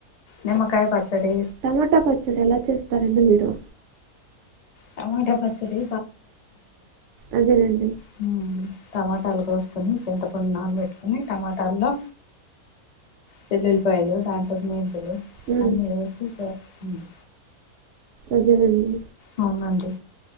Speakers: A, on the left; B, on the right.
A: నిమ్మకాయ పచ్చడి
B: టమాటా పచ్చడి ఎలా చేస్తారండి మీరు
A: తమాట పచ్చడి
B: అదేనండి
A: <unintelligible> టమాటలగుోస్ కని చింతపండు నాన పెెట్టుకుొని టమాటాల్లో చెల్లుల్లిపాయలు దాంట్లో మేంపులు
B: ఉమ్,
A: అన్నీ వేసి చేస్తుంది
B: అగేనండి
A: అవునండి